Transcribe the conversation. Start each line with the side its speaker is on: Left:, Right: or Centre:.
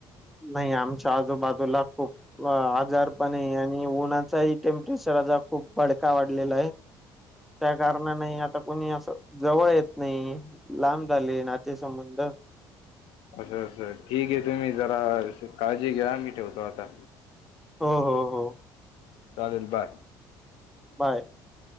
Centre: नाही आमच्या आजूबाजूला खूप, वा आजार पण आहे. आणि उन्हाचा ही टेम्परेचर खूप भडका वाढलेला आहे. त्या कारणा नाही. आता कोणी अस जवळ येत नाही लांब, झाली नात्ये संबंध.
Left: अस अस ठीक ये, तुम्ही जरा काळजी घ्या. मी ठेवतो आता
Centre: हो हो हो,
Left: चालेल बाय.
Centre: बाय.